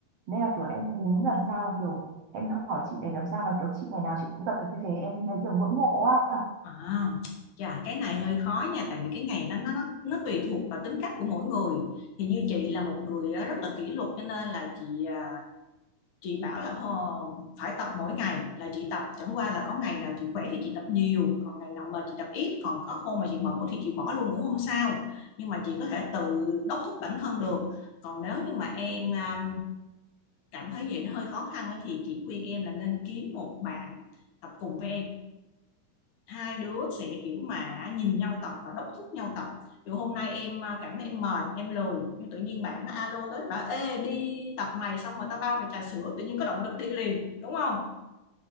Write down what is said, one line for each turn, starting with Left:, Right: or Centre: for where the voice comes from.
Right: nên là kiểu là em cũng muốn làm sao mà kiểu em hỏi chị để làm sao mà kiểu chị ngày nào chị cũng tập được như thế em thấy kiểu ngưỡng mộ á
Left: À, chà, cái này hơi khó nha tại vì cái ngày đó nó nó nó tùy thuộc vào tính cách của mỗi người thì như chị là một người á, rất là kỷ luật cho nên là chị à, chị bảo là "Hò, phải tập mỗi ngày là chị tập chẳng qua là có ngày nào chị khỏe thì chị tập nhiều còn ngày nào mệt chị tập ít còn có hôm mà chị bận quá thì chị bỏ luôn cũng không sao nhưng mà chị có thể tự đốc thúc bản thân được còn nếu như mà em à, cảm thấy vậy nó hơi khó khăn á, thì chị khuyên em là nên kiếm một bạn tập cùng với em hai đứa sẽ kiểu mà nhìn nhau tập và đốc thúc nhau tập dù hôm nay em à, cảm thấy em mệt em lười nhưng tự nhiên bạn nó alo tới bảo ê đi tập mày xong rồi tao bao mày trà sữa tự nhiên có động lực đi liền đúng không